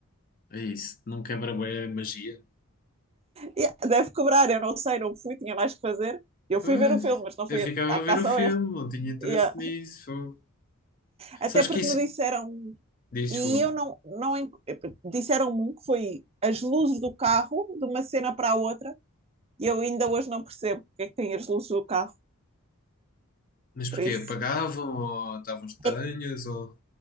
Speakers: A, on the left; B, on the right.
A: é isso. Não quebra bem a magia.
B: E deve cobrar, eu não sei, não fui, tinha mais que fazer. Eu
A: Pois,
B: fui ver o filme, mas não fui
A: eu ficava
B: à
A: a
B: caça
A: ver o filme.
B: ao erro.
A: Não tinha interesse
B: E, eh,
A: nisso. Fogo.
B: até
A: Sabes
B: porque
A: que isso...
B: me disseram,
A: Diz,
B: e
A: desculpa.
B: eu não, não disseram-me um que foi as luzes do carro, de uma cena para a outra, e eu ainda hoje não percebo porque é que tem as luzes do carro,
A: Mas porquê?
B: por isso.
A: Apagavam ou estavam estranhas
B: É
A: ou...